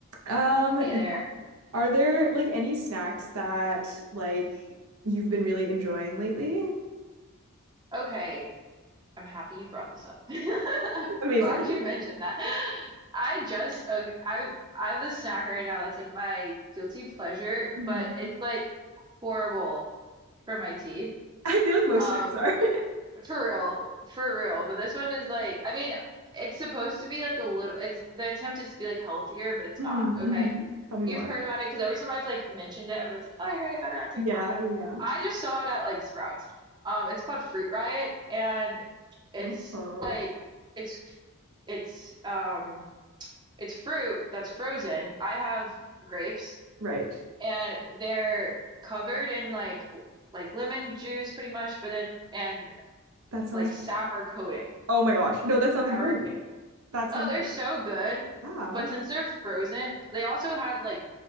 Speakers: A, on the right (about 85°); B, on the right (about 20°).
A: Um,
B: Hey there.
A: are there like any snacks that like you've been really enjoying lately?
B: Okay, I'm happy you brought this up. <laughs>
A: Amazing.
B: Glad you
A: <laughs>
B: mentioned that. I just okay, I I have a snack right now that's like my guilty pleasure,
A: Mhm.
B: but it's like horrible for my teeth.
A: I feel like most
B: Um,
A: snacks are. <laughs>
B: For real, for real. But this one is like, I mean, it's supposed to be like a little, it's the attempt is to be like healthier, but it's
A: Mhm,
B: not. Okay.
A: mhm. Tell me
B: You've
A: more.
B: heard about it because every time I've like mentioned it, everyone's like, oh, I heard about it on TikTok,
A: Yeah,
B: whatever.
A: yeah, yeah.
B: I just saw it at like Sprouts. Um, it's called Fruit Riot and it's
A: Oh,
B: like, it's, it's, um, it's fruit that's frozen. I have grapes
A: right.
B: and they're covered in like, l- like lemon juice pretty much, but then, and
A: That sounds,
B: like sour coating,
A: oh my gosh. No, that sounds
B: sour
A: incredible.
B: candy.
A: That
B: Oh,
A: sounds incredible.
B: they're so good.
A: Yeah.
B: But since they're frozen, they also had like